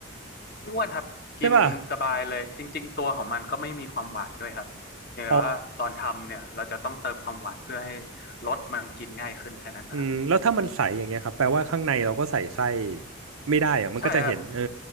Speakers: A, on the left; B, on the right.
A: ไม่อ้วนครับกินสบายเลยจริงๆตัวของมันก็ไม่มีความหวานด้วยครับเพียงแต่ว่าตอนทำเนี่ยเราจะต้องเติมความหวานเพื่อให้
B: ใช่ป่ะอ๋อ
A: รสมันกินง่ายขึ้นแค่นั้นนะครับ
B: อืมแล้วถ้ามันใสอย่างเงี้ยครับแปลว่าข้างในเราก็ใส่ไส้ไม่ได้อะมันก็จะเห็นเออ
A: ใช่ครับ